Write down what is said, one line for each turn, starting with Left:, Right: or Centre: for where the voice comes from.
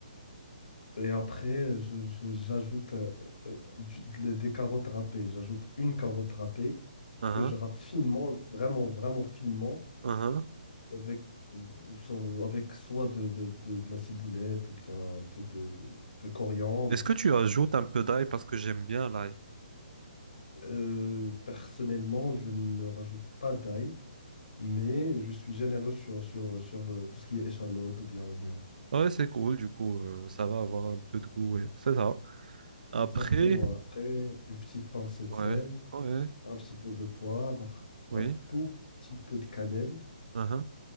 Left: Et après, je- je- j'ajoute euh, euh, du- de- des carottes râpées. J'ajoute une carotte râpée
Right: <laughs> Uh-huh,
Left: que je râpe finement, mais vraiment, vraiment finement,
Right: uh-huh.
Left: avec, euh, so- avec soit de, de- de- de la ciboulette ou bien un peu de, de- de coriandre.
Right: Est-ce que tu ajoutes un peu d'ail parce que j'aime bien l'ail?
Left: Euh, personnellement, je ne rajoute pas d'ail, mais je suis généreux sur, sur, sur euh, tout ce qui est échalote ou bien oignon.
Right: Ouais, c'est cool, du coup, euh, ça va avoir un peu de goût, ouais. C'est ça. Après,
Left: Exactement. Après, une petite pincée de
Right: ouais,
Left: sel,
Right: ouais,
Left: un petit peu de poivre,
Right: oui,
Left: un tout petit peu de cannelle.
Right: uh-huh,